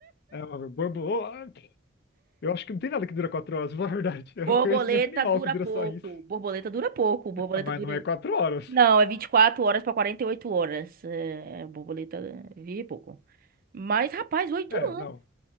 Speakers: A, on the left (about 50°); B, on the right (about 45°).
A: É uma borboleta. Eu acho que não tem nada que dura quatro horas, <laughs> na verdade. Eu
B: Borboleta
A: não conheço nenhum animal
B: dura
A: que dura
B: pouco.
A: só isso.
B: Borboleta dura pouco. Borboleta
A: Ah, Mas
B: dura.
A: não é quatro horas.
B: Não, é 24 horas pra 48 horas. É, borboleta vive pouco. Mas, rapaz, oito
A: É,
B: anos.
A: não.